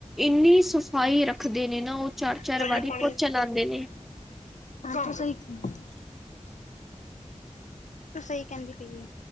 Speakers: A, in the centre; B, on the left.
A: ਇੰਨੀ ਸਫ਼ਾਈ ਰੱਖਦੇ ਨੇ ਨਾ ਉਹ ਚਾਰ-ਚਾਰ
B: ਪਾਈਏ
A: ਵਾਰੀ
B: ਪਾਣੀ
A: ਪੋਚਾ ਲਾਦੇ ਨੇ।
B: <unintelligible> ਤੂੰ ਸਹੀ ਕਹਿੰਦੀ ਪਈ ਏ।